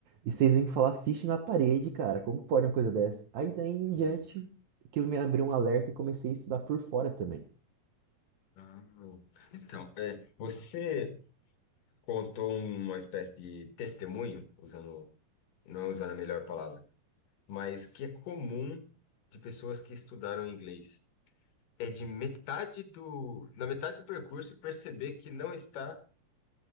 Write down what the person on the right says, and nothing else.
e vocês vêm falar fish na parede, cara, como pode uma coisa dessa? Aí daí em
diante, aquilo me abriu um alerta e comecei a estudar por fora também.